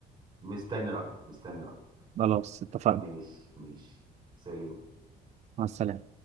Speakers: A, on the right; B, on the right.
A: مستني رايك مستني رايك
B: خلاص اتفقنا
A: ماشي ماشي سلام
B: مع السلامة